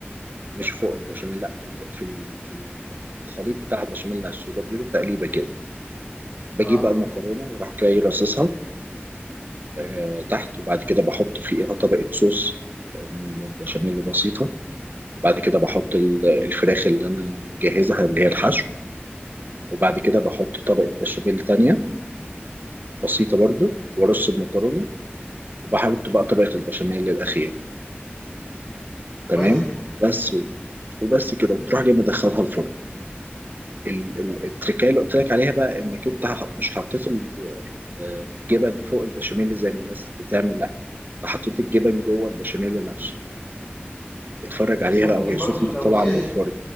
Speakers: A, on the right (about 50°); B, in the centre.
A: مش فوق البشاميل لا في الب- في ال- في ال- الخليط بتاع البشاميل نفسه بديله تقليبة كده بجيب
B: اه
A: بقى المكرونة وراح جاي راصصها آه، تحت وبعد كده بحط فيها طبقة صوص آه، من البشاميل بسيطة بعد كده بحط ال- الفراخ اللي انا مجهزها اللي هي الحشو وبعد كده بحط طبقة بشاميل تانية بسيطة برضو وارص المكرونة وبحط بقى طبقة البشاميل الأخيرة
B: وبس
A: تمام
B: كده
A: بس و- وبس كده وبتروح جاي مدخلها الفرن ال- ال- التركايه اللي قلت لك عليها بقى انك انت ح- مش حطيت ال- ال- الجبن فوق البشاميل زي ما الناس بتعمل لا انت حطيت الجبن جوه البشاميل نفسه اتفرج
B: بس
A: عليها
B: ممكن
A: بقى وهي
B: برضو
A: سخنة
B: لو
A: طالعة
B: زياده
A: من الفرن